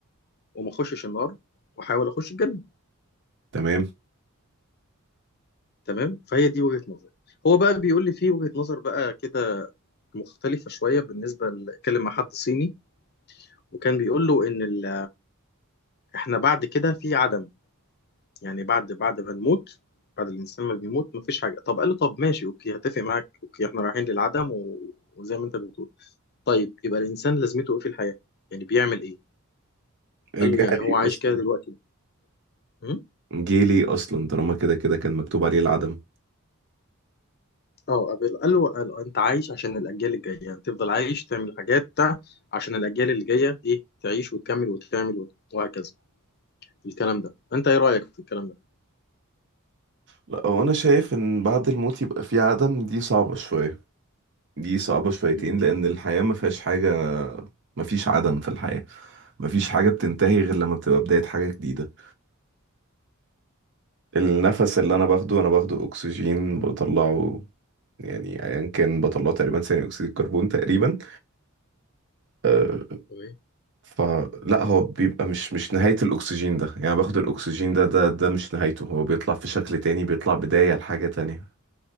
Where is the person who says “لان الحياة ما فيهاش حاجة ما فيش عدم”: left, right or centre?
Right